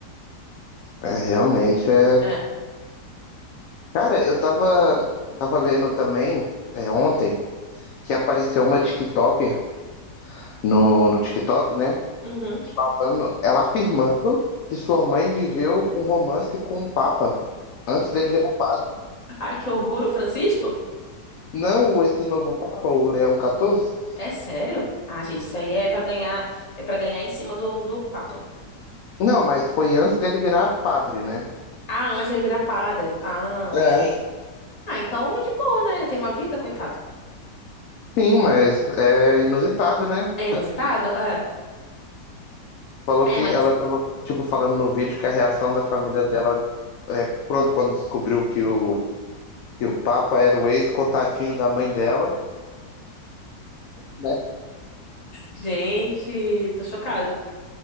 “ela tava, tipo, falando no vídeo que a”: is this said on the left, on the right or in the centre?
Left